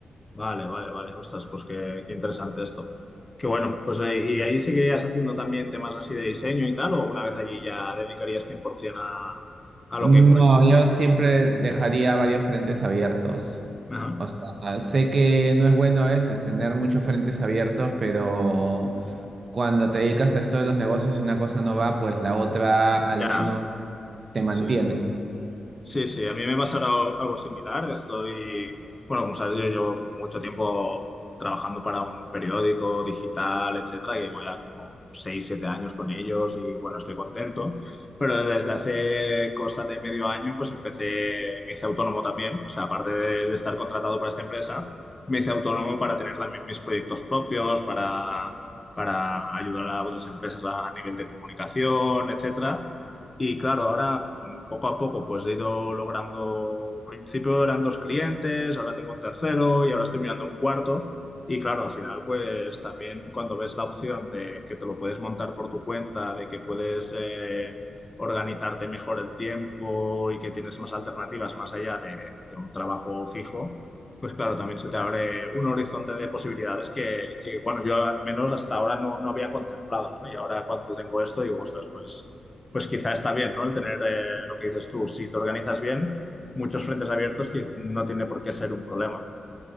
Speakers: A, on the left; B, on the right.
A: vale, vale. vale. Ostras, pues qué, qué interesante esto. Qué bueno, pues eh, ¿y ahí seguirías haciendo también temas así de diseño y tal? ¿O una vez allí ya dedicarías 100% a, a lo
B: No,
A: que comentas?
B: yo siempre dejaría varios frentes abiertos.
A: Ajá.
B: O sea, sé que no es bueno a veces tener muchos frentes abiertos, pero cuando te dedicas a esto de los negocios y una cosa no va, pues la otra al
A: Ya,
B: menos te mantiene.
A: Sí, sí, sí, a mí me pasará al- algo similar. Estoy, bueno, como sabes, yo llevo mucho tiempo trabajando para un periódico digital, etcétera, y voy a como 6, 7 años con ellos y bueno, estoy contento. Pero desde hace cosa de medio año, pues empecé, me hice autónomo también. O sea, aparte de, de estar contratado para esta empresa, me hice autónomo para tener también mis proyectos propios, para, para ayudar a otras empresas a nivel de comunicación, etcétera. Y claro, ahora mm, poco a poco pues he ido logrando, al principio eran dos clientes, ahora tengo un tercero y ahora estoy mirando un cuarto. Y claro, al final pues también cuando ves la opción de que te lo puedes montar por tu cuenta, de que puedes eh, organizarte mejor el tiempo y que tienes más alternativas más allá de, de un trabajo fijo, pues claro, también se te abre un horizonte de posibilidades que, que, bueno, yo al menos hasta ahora no, no había contemplado, ¿no? Y ahora cuando tengo esto digo, ostras, pues pues quizá está bien, ¿no? El tener eh, lo que dices tú, si te organizas bien, muchos frentes abiertos que no tiene por qué ser un problema.